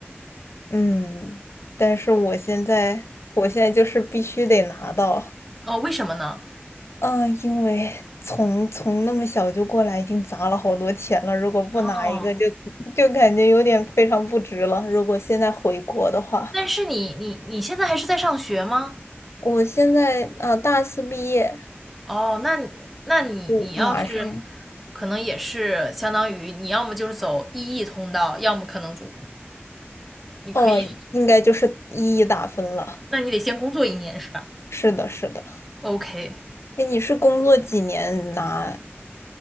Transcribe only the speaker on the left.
嗯，但是我现在，我现在就是必须得拿到，
嗯、因为从从那么小就过来，已经砸了好多钱了，如果不拿一个就，
就感觉有点非常不值了。如果现在回国的话，
我现在呃大四毕业，
就马上
哦，应该就是一一打分了。
是的，是的。
哎，你是工作几年拿？